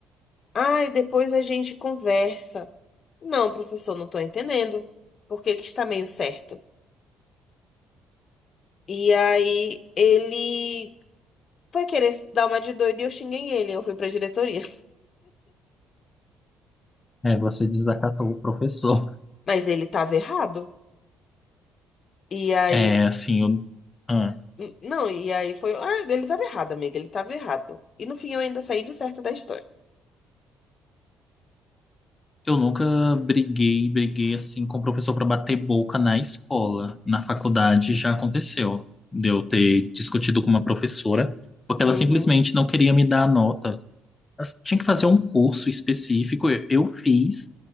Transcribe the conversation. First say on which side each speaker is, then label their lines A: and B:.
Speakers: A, on the left; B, on the left.
A: Ah, e depois a gente conversa. Não, professor, não tô entendendo. Por que que está meio certo? E aí ele foi querer dar uma de doido e eu xinguei ele. Eu fui pra diretoria.
B: É, você desacatou o professor. <laughs>
A: <laughs> Mas ele tava errado. E aí
B: É, assim, eu... ah.
A: N- Não, e aí foi. Ah, ele tava errado, amiga, ele tava errado. E no fim eu ainda saí de certa da história.
B: Eu nunca briguei, briguei assim com o professor para bater boca na escola. Na faculdade já aconteceu de eu ter discutido com uma professora, porque
A: Uhum,
B: ela simplesmente não queria me dar a nota. Ela tinha que fazer um curso específico, eu, eu fiz,